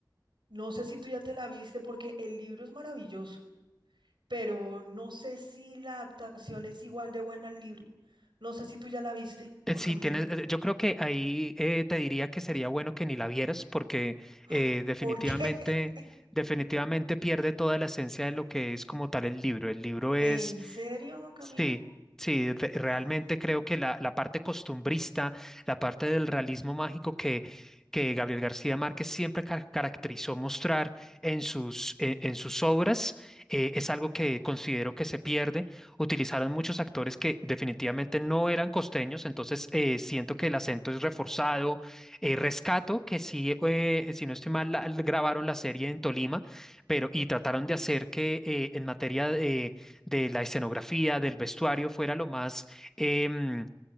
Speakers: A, on the right; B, in the centre.
A: No sé si tú ya te la viste porque el libro es maravilloso, pero no sé si la adaptación es igual de buena al libro. No sé si tú ya la viste,
B: Eh,
A: Juan
B: Sí,
A: Camilo.
B: tienes, eh, yo creo que ahí eh, te diría que sería bueno que ni la vieras porque
A: ¡Ah!
B: eh, definitivamente,
A: ¿Por qué? <laughs>
B: definitivamente pierde toda la esencia de lo que es como tal el libro. El libro es
A: ¿En serio, Juan Camilo?
B: Sí, sí, re- realmente
A: Ay,
B: creo que la, la parte costumbrista, la parte del realismo mágico que, que Gabriel García Márquez siempre ca- caracterizó mostrar en sus, eh, en sus obras, eh, es algo que considero que se pierde. Utilizaron muchos actores que definitivamente no eran costeños, entonces eh, siento que el acento es reforzado. Eh, rescato que sí, eh, si no estoy mal, la- grabaron la serie en Tolima, pero y trataron de hacer que eh, en materia de de la escenografía, del vestuario, fuera lo más em,